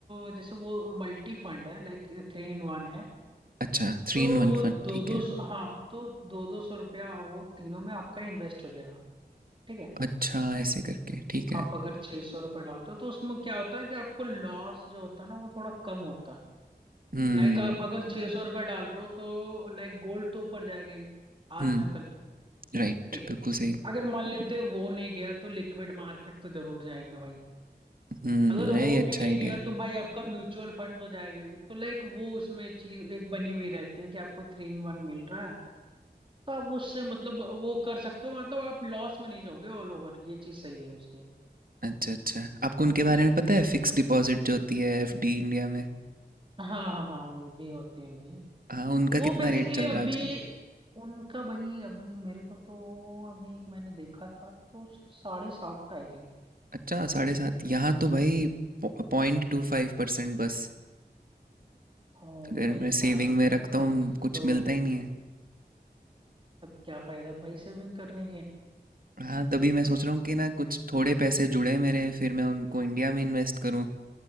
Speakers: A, on the right; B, on the right.
A: अ, जैसे वो मल्टी फंड है लाइक थ्री इन वन है
B: अच्छा थ्री
A: तो
B: इन वन
A: वो
B: फन
A: दो
B: ठीक
A: दो
B: है
A: सौ हाँ तो दो दो सौ रुपया वो तीनों में आपका इन्वेस्ट हो जाएगा ठीक है
B: अच्छा ऐसे करके ठीक है
A: आप अगर छह सौ रुपये डालते हो तो उसमें क्या होता है कि आपको लॉस जो होता है ना वो थोड़ा कम होता है
B: हम्म
A: लाइक आप अगर छह सौ रुपये डाल रहे हो तो लाइक गोल्ड तो ऊपर जाएगा ही
B: हम्म
A: आज ना कल
B: राइट
A: ठीक है
B: बिल्कुल सही
A: अगर मान लेते हैं वो नहीं गया तो लिक्विड मार्केट तो जरूर जाएगा भाई
B: हम्म
A: अगर
B: यही
A: वो
B: अच्छा
A: भी नहीं
B: आइडिया
A: गया
B: है
A: तो भाई आपका म्यूचुअल फंड तो जाएगा ही तो लाइक वो उसमें चीज एक बनी हुई रहती है कि आपको थ्री इन वन मिल रहा है तो आप उससे मतलब वो कर सकते हो मतलब आप लॉस में नहीं जाओगे ऑल ओवर ये चीज सही है उसकी
B: अच्छा अच्छा आपको उनके बारे में पता है फिक्स डिपॉजिट जो होती है एफडी इंडिया में
A: हाँ हाँ हाँ वो भी होती है भाई
B: हाँ, उनका
A: वो
B: कितना
A: बेसिकली
B: रेट चल
A: अभी
B: रहा है आजकल?
A: उनका भाई अभी मेरे को तो अभी एक मैंने देखा था तो साढ़े सात था आई थिंक
B: अच्छा, 7.5 यहाँ तो भाई पॉ 0.25% बस।
A: ओ
B: अगर
A: भाई
B: मैं
A: साहब
B: सेविंग में रखता
A: तब
B: हूँ, कुछ
A: तो
B: मिलता ही नहीं है।
A: तब क्या फायदा भाई सेविंग करने के
B: हाँ, तभी मैं सोच रहा हूँ कि ना कुछ थोड़े पैसे जुड़े मेरे, फिर मैं उनको इंडिया में इन्वेस्ट करूँ,